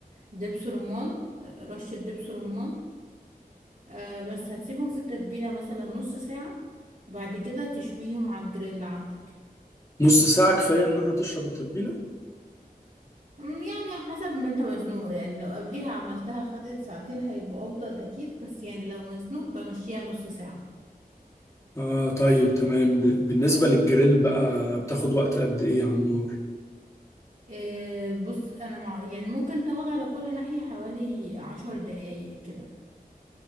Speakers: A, on the right; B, on the left.
A: دبس رمان آه، رشة دبس رمان آه، بس هتسيبهم في التتبيلة مثلا نص ساعة بعد كده تشويهم على الجريل عندك
B: نص ساعة كفاية انها تشرب التتبيلة
A: أمم، يعني حسب ما انت مزنوق يعني لو قبليها عملتها خدت ساعتين هيبقوا افضل اكيد بس يعني لو مزنوق بمشيها نص ساعة
B: اه طيب تمام ب- بالنسبة للجريل بقى بتاخد وقت قد ايه على النار
A: إيه بص انا مع يعني ممكن تاخد على كل ناحية حوالي عشر دقايق كده